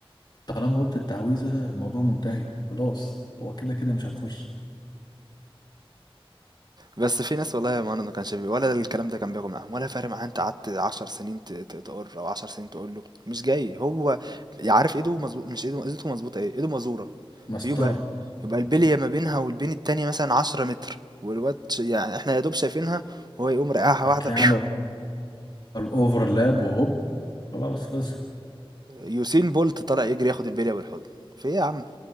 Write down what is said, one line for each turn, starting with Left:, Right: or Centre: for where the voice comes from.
Left: طالما قلت التعويذة الموضوع منتهي خلاص هو كده كده مش هتخش
Right: بس في ناس والله يا مهند ما كانش بي... ولا الكلام ده كان بياخد معاهم ولا فارق معاه انت قعدت 10 سنين ت- ت- تقر او 10 سنين تقول له مش جاي هو عارف ايده مظبوط مش ايده ايده مظبوطه ايه ايده مزوره
Left: مسطرة
Right: يبقى يبقى البليه ما بينها والبين التانيه مثلا 10 متر والواد ش- يعني احنا يا دوب شايفينها وهو يقوم رقعها
Left: هتلاقي
Right: واحده <laughs>
Left: عمل اوفرلاب وهوب خلاص خلصت
Right: يوسين بولت طالع يجري ياخد البليه بالحضن في ايه يا عم